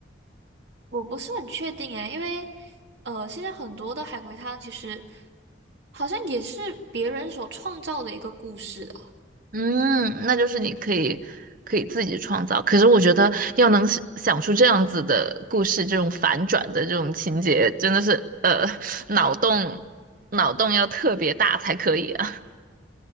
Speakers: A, on the right; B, on the right.
A: 我不是很确定诶，因为呃，现在很多的海龟汤其实好像也是别人所创造的一个故事啊。
B: 嗯，那就是你可以可以自己创造。可是我觉得要能想想出这样子的故事，这种反转的这种情节，真的是呃，脑洞脑洞要特别大才可以啊。